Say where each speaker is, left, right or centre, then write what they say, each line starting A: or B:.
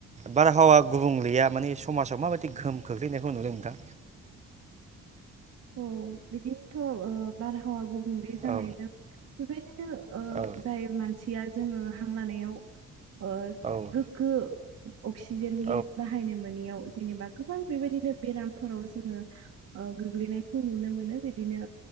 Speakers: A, on the right; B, on the right.
A: बारहावा गुबुंलैया माने समाजाव माबायदि गोहोम खोख्लैनायखौ नुदों नोंथां।
B: औ बिदिनोथ' बारहावा गु बुंले जानायजों
A: औ
B: बेबायदिनो
A: औ
B: जाय मानसिया जोङो हां लानायाव ओ
A: औ
B: गोगो अक्सिजेन
A: औ
B: गेस बाहायनो मोनैयाव जेनेबा गोबां बेबायदिनो बेरामफोराव जोङो ओ खौ नुनो मोनो बे बिदिनो